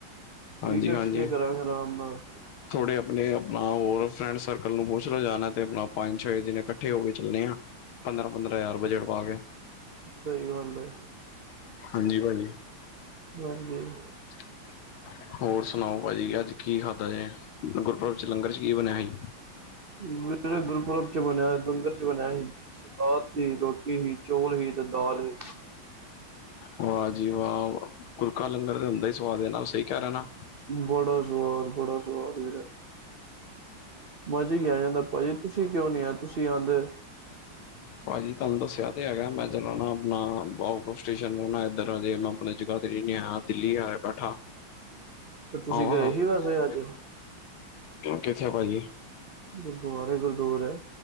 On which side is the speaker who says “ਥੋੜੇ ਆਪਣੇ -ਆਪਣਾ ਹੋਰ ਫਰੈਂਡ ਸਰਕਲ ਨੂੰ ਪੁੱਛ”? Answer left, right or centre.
Left